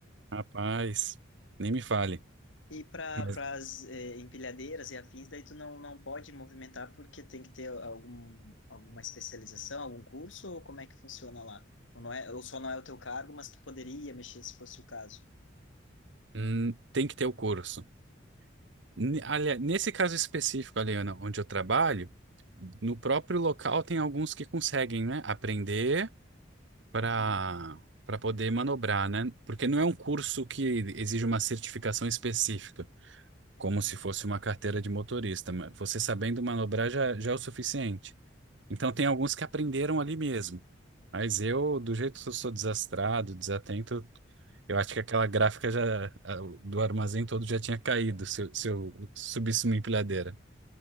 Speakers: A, on the right (about 65°); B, on the left (about 75°).
A: Rapaz, nem me fale.
B: E para
A: Mas
B: as empilhadeiras e afins, daí tu não, não pode movimentar porque tem que ter algum, alguma especialização, algum curso, ou como é que funciona lá? Ou, não é, ou só não é o teu cargo, mas tu poderia mexer se fosse o caso.
A: hum, tem que ter o curso. N- Aliás, nesse caso específico, Aliana, onde eu trabalho, no próprio local tem alguns que conseguem, né, aprender para
B: Uhum,
A: para poder manobrar, né? Porque não é um curso que exige uma certificação específica, como
B: uhum,
A: se fosse uma carteira de motorista. mas Você sabendo manobrar já, já é o suficiente. Então tem alguns que aprenderam
B: uhum.
A: ali mesmo. Mas eu, do jeito que eu sou desastrado, desatento, eu acho que aquela gráfica já a- do armazém todo já tinha caído se eu, se eu subisse uma empilhadeira.